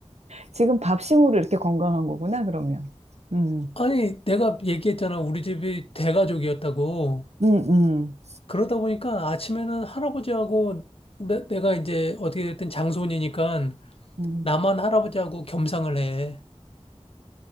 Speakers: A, on the right; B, on the left.
A: 지금 밥심으로 이렇게 건강한 거구나, 그러면. 음,
B: 아니 내가 얘기했잖아 우리 집이 대가족이었다고.
A: 음, 음,
B: 그러다 보니까 아침에는 할아버지하고 내, 내가 이제 어떻게 됐든 장손이니까
A: 음.
B: 나만 할아버지하고 겸상을 해.